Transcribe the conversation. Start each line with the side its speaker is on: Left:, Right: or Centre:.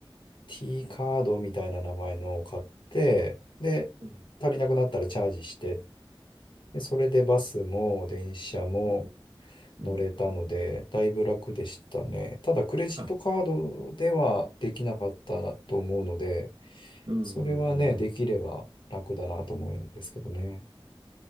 Left: T カードみたいな名前のを買って、で、
Right: うん
Left: 足りなくなったらチャージして、で、それでバスも電車も、
Right: うんうん
Left: 乗れたので、だいぶ楽でしたね。ただ、クレジットカードではできなかったなと思うので、
Right: あうんうんうん
Left: それはね、できれば楽だなと思うんですけどね。